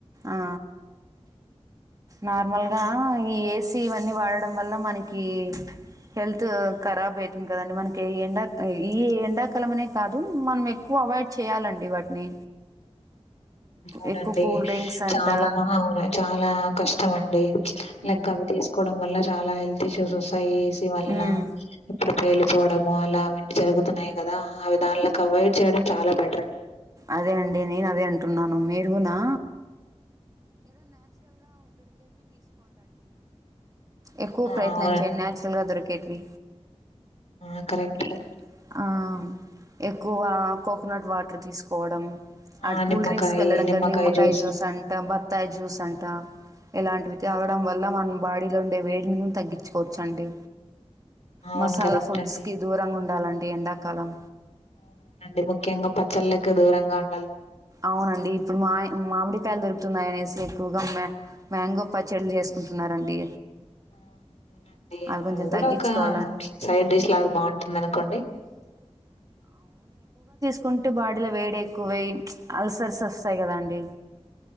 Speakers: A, on the right (about 30°); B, on the left (about 75°).
A: ఆ. నార్మల్గా ఈ ఏసీ ఇవన్నీ వాడడం వల్ల మనకీ హెల్త్ ఖరాబ్ అయితుంది కదండి మనకి ఈ ఎండ ఈ ఎండాకాలం అనే కాదు మనం ఎక్కువ అవాయిడ్ చేయాలన్ డి వాటిని
B: అవునండి
A: ఎక్కువ కూల్ డ్రింక్స్ అంట
B: చాలా అవును చాలా కష్టం అండి లైక్
A: ఉమ్,
B: అవి తీసుకోవడం వల్ల చాల లా హెల్త్ ఇష్యూస్ ఒస్ ఆ ఏసి వల్ల
A: ఉమ్.
B: ఇప్పుడు పేలిపోడం మాల్ల అవన్నీ జరుగుతున్నాయి కదా అవి దాల్లక్ అవయిడ్ చేయడం చాలా బెటర్ అండి
A: అదే అండి నేను అదే అంటున్నాను మీరుగునా ఎక్కువ
B: ఆ!
A: ప్రయత్నం
B: అవునండి.
A: చేయండి నేచురల్గా దొరికే కెట్వి
B: ఆ! కరెక్ట్.
A: ఇ
B: కరెక్ట్.
A: ఆ ఎక్కువా కోకనట్ వాటరు తీసుక్ కోడం
B: ఆ!
A: అట్ కూల్
B: నిమ్మకాయి,
A: డ్రింక్స్ కెళ్ళడం కానీ నిమ్మకాయ
B: జ్యూసు.
A: జ్యూస్ అంట, బత్తాయి జ్యూస్ అంట, ఇలాంటివి తాగడం వ. అల్ల మన బాడీలో ఉండే వేడిని గున్ తగ్గించుకోవచ్చు అండి
B: అవును.
A: మసాలా
B: కరెక్ట్
A: ఫుడ్స్
B: అండి.
A: కి దూరంగా ఉండాలన్ తి ఎండాకాలం
B: అవునవునండి ముఖ్యంగా పచ్చళ్ళకి దూరంగా ఉండాలా
A: అవునండి ఇప్పుడు మా మామిడికాయలు దొరుకుతున్నాయి అనేసి ఎక్కువగా మ మ్యాంగో పచ్చడిలు చేసుకుంటున్నారండి
B: ఆ అవునండి
A: అవి కొంచెం
B: అది గూడా
A: తగ్గించుకోవాలండి
B: ఒక సైడ్ డిష్ లాగా బాగుంటుంది అనుకోండి
A: కుంటె బాడిల వేడి ఎక్కువేయిన్ అల్సర్స్ ఒస్తాయి గదా అండి